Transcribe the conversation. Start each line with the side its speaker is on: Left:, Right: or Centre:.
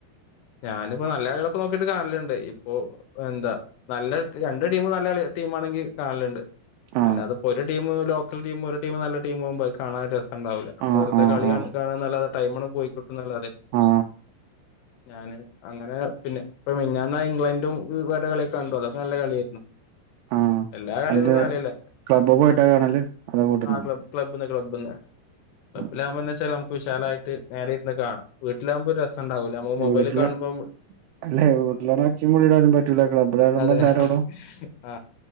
Left: ഞാന്പ്പ നല്ല കളികളൊക്കെ നോക്കിട്ട് കാണല്ണ്ട് ഇപ്പോ എന്താ നല്ല രണ്ട് ടീമും നല്ല കളി ടീമാണെങ്കിൽ കാണല്ണ്ട്
Right: ആ
Left: അല്ലാതെപ്പോ ഒരു ടീമ് ലോക്കൽടീമും ഒര് ടീമ് നല്ല ടീമും ആകുമ്പ അത് കാണാൻ ഒരു രസ ണ്ടാവൂല
Right: ആ
Left: വെർതെ
Right: ആ
Left: കളി
Right: ആ
Left: കാണ് കാണന്നല്ലാതെ ടൈമാണ്ട് പോയി കിട്ടുംന്നല്ലാതെ
Right: ആ
Left: ഞാന് അങ്ങനെ പിന്നെ ഇപ്പ മിഞ്ഞാന് ഇംഗ്ലണ്ടും <unintelligible> കളിയൊക്കെ കണ്ടു അതൊക്കെ നല്ല കളിയേര്ന്നു
Right: ആ
Left: എല്ലാ കളിയൊന്നും
Right: അന്റെ
Left: കാണൽല്ല
Right: ക്ലബ്ബ് പോയിട്ടാ കാണല് അതോ വീട്ട്ന്നോ
Left: ആ ക്ല ന്ന് ക്ലബ്ബ്ന്ന് ക്ലബ്ബിലാകുമ്പോന്താച്ചാല്
Right: ഉം
Left: നമുക്ക് വിശാലായിട്ട് നേരെ ഇര്ന്ന് കാണാ വീട്ടിലാകുമ്പോ ഒര് രസണ്ടാവൂല നമ്മ
Right: വീട്ടില്
Left: മൊബൈല് കാണുമ്പം
Right: അല്ലെ വീട്ടിലാണെ ഒച്ചയും വിളിയും ഇടാനും പറ്റൂല ക്ലബ്ബിലാവുമ്പോ
Left: അതെ
Right: എല്ലാരോടും
Left: ആ